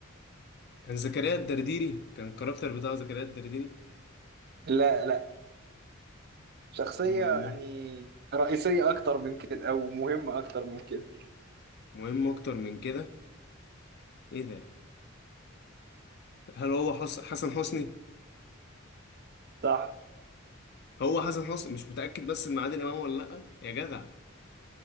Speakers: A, on the left; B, on the right.
A: كان زكريا الدرديري كان الكاركتر بتاع زكريا الدرديري
B: لا لا شخصية
A: امال مين
B: يعني رئيسية اكتر من كده او مهمة اكتر من كده
A: مهم اكتر من كده ايه ده هل هو حس... حسن حسني
B: صح
A: هو حسن حسني مش متاكد بس من عادل امام ولا لا يا جدع